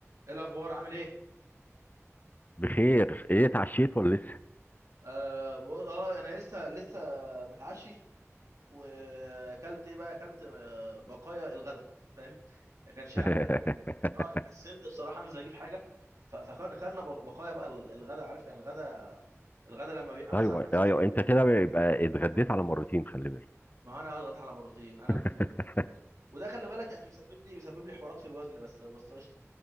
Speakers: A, on the right; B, on the left.
A: ايه الاخبار عامل ايه
B: بخير ايه اتعشيت ولا لسه
A: اه, بو- آه انا لسه لسه متعشي واكلت ايه بقى اكلت آه، بقايا الغداء فاهم ما كانش عندنا
B: <laughs>
A: اه كسلت بصراحه انزل اجيب حاجه ف- فكان خدنا بق- بقايا بقى ال- الغداء عارف كان الغداء الغداء لما بيبقى مثلا
B: ايوه
A: حاجه
B: ايوه
A: حلوه
B: انت
A: كده
B: كده يبقى اتغديت على مرتين خلي بالك
A: ما هو انا اضغط على مرتين انا
B: <laughs>
A: من النوع ده بقى و- وده خلي بالك يعني مسبب لي مسبب لي حوارات في الوزن بس بس قشطه